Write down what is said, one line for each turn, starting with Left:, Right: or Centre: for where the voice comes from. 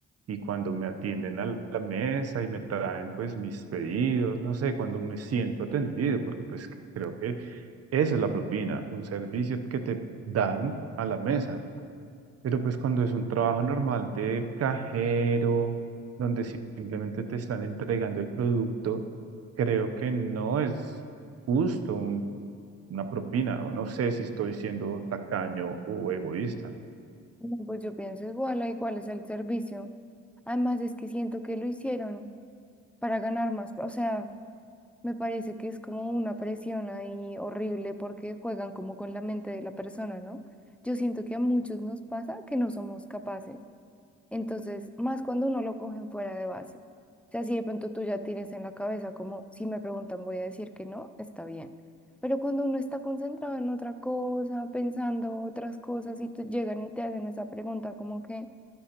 Right: y cuando me atienden a la mesa y me traen pues mis pedidos, no sé, cuando me siento atendido, porque pues creo que eso es la propina, un servicio que te dan a la mesa. Pero pues cuando es un trabajo normal de cajero, donde si, simplemente te están entregando el producto, creo que no es justo un- una propina, o no sé si estoy siendo tacaño o egoísta.
Centre: No, pues yo pienso igual, ay, ¿cuál es el servicio? Además es que siento que lo hicieron para ganar más, o sea... Me parece que es como una presión ahí horrible porque juegan como con la mente de la persona, ¿no? Yo siento que a muchos nos pasa que no somos capaces. Entonces, más cuando uno lo cogen fuera de base. O sea, si de pronto tú ya tienes en la cabeza como, si me preguntan voy a decir que no, está bien. Pero cuando uno está concentrado en otra cosa, pensando otras cosas y te llegan y te hacen esa pregunta como que